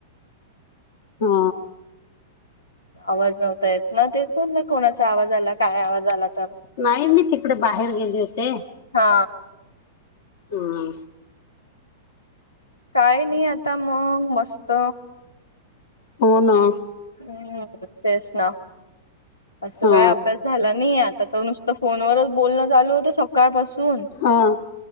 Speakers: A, on the left; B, on the left.
A: हा
B: आवाज नव्हता येत ना तेच म्हणलं कोणाचा आवाज आला काय आवाज आला तर
A: नाही मी तिकडे बाहेर गेले होते.
B: हा
A: हम
B: काय नाही आता मग मस्त
A: हो ना
B: हम तेच ना असं
A: हा
B: काय अभ्यास झाला नाही आता, तर नुसतं फोनवरच बोलणं चालू होतं सकाळपासून
A: हां